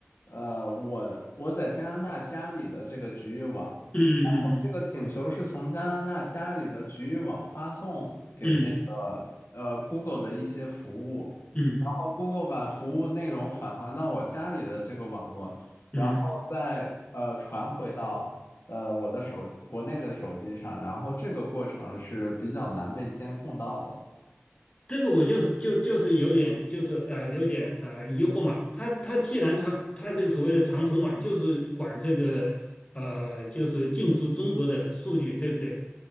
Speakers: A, on the left; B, on the left.
A: 呃，我我在加拿大家里的这个局域网，
B: 嗯嗯
A: 然后这个请求是从加拿大家里的局域网发送给那个呃
B: 嗯
A: Google 的一些服务，
B: 嗯嗯
A: 然后 Google 把服务内容返还到我家里的这个网络。
B: 嗯，
A: 然后再呃传回到呃我的手国内的手机上，然后这个过程是比较难被监控到的。
B: 这个我就是就就是有点就是呃有点呃疑惑嘛，它它既然它它这个所谓的长城网就是管这个呃就是进出中国的数据对不对？